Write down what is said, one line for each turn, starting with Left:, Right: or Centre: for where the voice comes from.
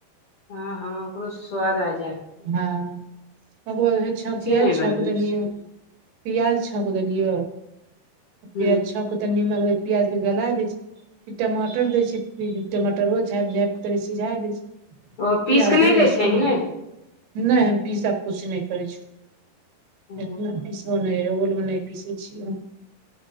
Left: हँ हँ ओकरो स्वाद आ जाय हेतै
Right: हँ ओकर बाद छौपिया
Left: नहि बनबै
Right: छौप देलिय
Left: छी
Right: पियाज छौंक देलिय पियाज
Left: ह
Right: छौंक त नीमक दै पियाज के गलाय दै छै फिर टमा टर दै छै टमाटरो झैप झैप क तनि सिझाय छै फिर
Left: ओ पीस कऽ
Right: आधी
Left: नहि दै
Right: रसुन
Left: छही ने
Right: नै हम पीसा कुछ नै करै छौ
Left: ओ
Right: इतना पीसो नै एओल मे नै पीसै छियौ